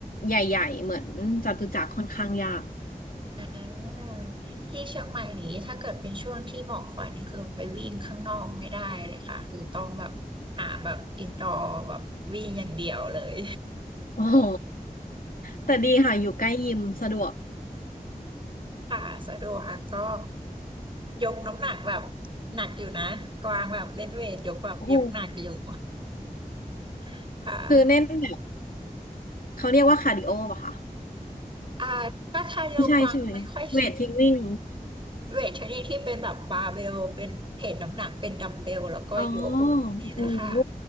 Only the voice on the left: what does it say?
ใหญ่ๆเหมือนจตุจักรค่อนข้างยาก
โอ้โหแต่ดีค่ะอยู่ใกล้ยิมสะดวก
โอ้โห
คือเน้นแบบเขาเรียกว่าคาร์ดิโอป่ะคะ
ไม่ใช่ใช่ไหมเวทเทรนนิ่ง
อ๋อโอ้โห